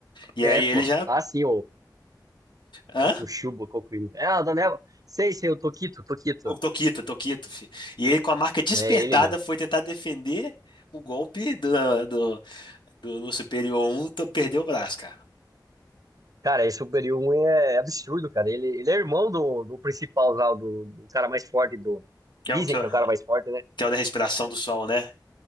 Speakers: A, on the left (about 85°); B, on the right (about 50°).
A: E
B: É,
A: aí ele
B: pô.
A: já.
B: Ah, sim,
A: Hã?
B: Kokushubo, Kokuri. É, a Daniela. Sei, sei, o Tokito, Tokito.
A: O Toquito, Toquito, filho. E ele, com a marca despertada,
B: É ele mesmo.
A: foi tentar defender o golpe do, do, do Lua Superior um, Então perdeu o braço, cara.
B: Cara, esse Superior 1 é absurdo, cara. Ele, ele é irmão do, do principal lá, do, do cara mais forte do.
A: Que
B: Dizem
A: é o, que é
B: que
A: o,
B: é o cara mais forte, né?
A: que é o da respiração do sol, né?